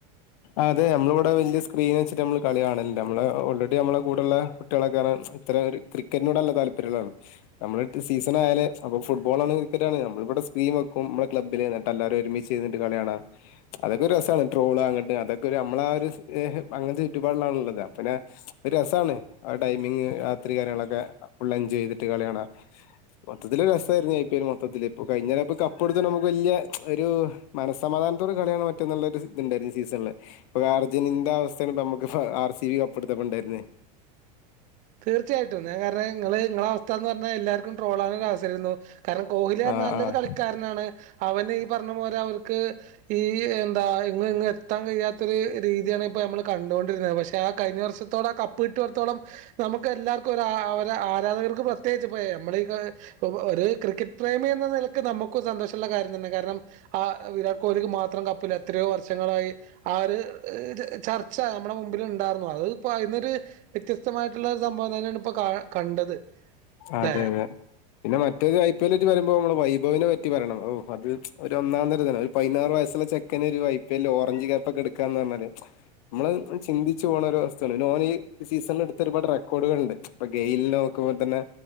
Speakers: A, on the left; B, on the right.
A: അതെ നമ്മളിവിടെ വലിയ സ്ക്രീൻ വെച്ചിട്ട് നമ്മള് കളി കാണല്ലേ നമ്മള് ഓൾറെഡി നമ്മുടെ കൂടെള്ള കുട്ടികളെക്കെ ഇത്തരം ഒരു ക്രിക്കറ്റിനോട് നല്ല താല്പര്യുള്ളാണ് നമ്മള് സീസൺ ആയല് അപ്പൊ ഫുട്ബോൾ ആാണ് ക്രിക്കറ്റ് ആാണ് നമ്മളിവിടെ സ്ക്രീൻ വെക്കും നമ്മുടെ ക്ലബില് എന്നിട്ട് എല്ലാവരും ഒരുമിച്ച് ചെയ്തിട്ട് കളി കാണ അതൊക്കെ ഒരു രസമാണ് ട്രോള് അങ്ങോട്ടും അതൊക്കെ നമ്മള ആ ഒരു അങ്ങനത്തെ ചുറ്റുപാടിലാാണ്ള്ളത് അ പിന്നെ ഒരു രസമാണ് ആ ടൈമിംഗ രാത്രി കാര്യങ്ങളൊക്കെ ഫള് എഞ്ജോയ് ചെയ്തിട്ട് കളിയ കാാണ് മൊത്തത്തിൽ രസമായിരുന്നു അയിും മൊത്തത്തിൽ ഇപ്പോൊ കഴിഞ്ഞര ഇപ്പ കപ്പ് എടുത്ത് നമുക്ക് വലിയ ഒരു മനസ്സമാധാനത്തോട് കളിയാണ് മറ്റുള്ളരു ണ്ട സീസണില്പ്പൊ അർജുന്റെ അവസ്ഥമ്മ ആർ സി വി കപ്പ എടുത്തപ്പ ഉണ്ടായിരുന്ന
B: തീർച്ചയായിട്ടും ഞ കാരണം നിങ്ങള് നിങ്ങളെ അവസ്ഥ എന്ന് പറഞ്ഞാൽ എല്ലാവർുംട്രോൾ ആാനൊ അവസരമായിരുന്നു കാരണം കോഹ്ലി
A: ആഹ്
B: നല്ലൊരു
A: ആഹ്
B: കളിക്കാരനാണ് അവന് പറഞ്പോോലെ അവ ഈ എന്താ <unintelligible> ഇങ് ഇങ്ങ് എത്താൻ കഴിയാത്ത ഒരു രീതിയാണ് ഇപ്പൊ നമ്മള് കണ്ടുകൊണ്ടിരുന്നത് പക്ഷെ ആ കഴിഞ്ഞ വർഷത്തോടെ ആ കപ്പ് കിട്ടിയി ത്തോളം നമുക്ക് എല്ലാവർക്കും ഒ ആരാധകർക്ക് പ്രത്യേകിച്ച്പ്പോ നമ്മളഈ ഒരു ക്രിക്കറ്റ് പ്രേമി എന്ന നിലക്ക് നമുക്ക് സന്തോഷമുള്ള കാര്യം തന്നെ കാരണം ആ വിരാട് കോഹ്ലിക്ക് മാത്രം കപ്പിൽ എത്രയോ വർഷങ്ങളായി ആ ഒരു ചർച്ച നമ്മുടെ മുമ്പിൽ ഉണ്ടായിരുന്നു അത് ഇപ്പോ അതിനൊരു വ്യത്യസ്തമായിട്ട് വേദിയസ്ഥസംഭവം തന്നെയാണ് ഇപ്പൊ കണ്ടത്
A: അതെ
B: ല്ലെ?
A: അതെ പിന്നെ മറ്റേത് ഐ പി എല്ലറ്റി വരുമ്പോൾ നമ്മള് വൈഭവവിനെ പറ്റി പറ യ ണം ഓഹ അത് ഒരു ഒന്നാംതര തന്നെ ഒരു പതിനാറ് വയസ്സുള്ള ചെക്കന് ഒരു I P L orange cup ഒക്കെ എടുക്കാന്ന് പറഞ്ഞാല് നമ്മള് ചിന്തിു പോകണ ഒരു അവസ്ഥാണ് നോൺഈ സീസണില എടുത്ത ഒരുപാട് റെക്കോർഡുകൾുണ്ട് ഇപ്പൊ ഗെയില നോക്കുമ്പോൾ തന്നെ